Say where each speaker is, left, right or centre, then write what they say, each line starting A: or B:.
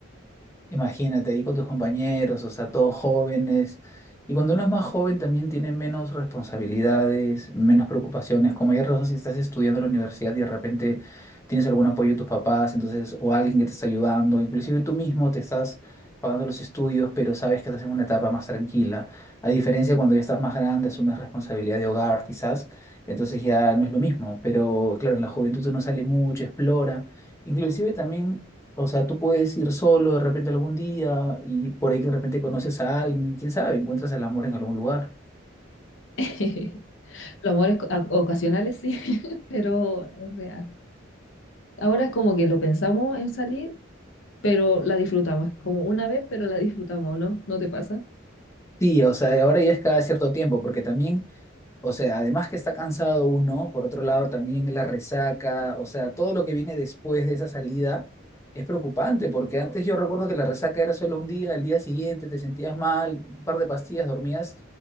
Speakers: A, on the left; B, on the left.
A: Imagínate ahí con tus compañeros, o sea, todos jóvenes. Y cuando uno es más joven también tiene menos responsabilidades, menos preocupaciones. Como ya razón, si estás estudiando en la universidad y de repente tienes algún apoyo de tus papás, entonces, o alguien que te está ayudando, inclusive tú mismo te estás pagando los estudios, pero sabes que estás en una etapa más tranquila. A diferencia de cuando ya estás más grande, asumes responsabilidad de hogar, quizás, entonces ya no es lo mismo. Pero claro, en la juventud uno sale mucho, explora. Inclusive también o sea, tú puedes ir solo de repente algún día y por ahí que de repente conoces a alguien, quién sabe, encuentras el amor en algún lugar.
B: <laughs> Los amores co- a- ocasionales sí, <laughs> pero es real. Ahora es como que lo pensamos en salir, pero la disfrutamos. Es Como una vez, pero la disfrutamos, ¿no? ¿No te pasa?
A: Sí, o sea, y ahora ya es cada cierto tiempo, porque también, o sea, además que está cansado uno, por otro lado también la resaca, o sea, todo lo que viene después de esa salida es preocupante, porque antes yo recuerdo que la resaca era solo un día, al día siguiente te sentías mal, un par de pastillas, dormías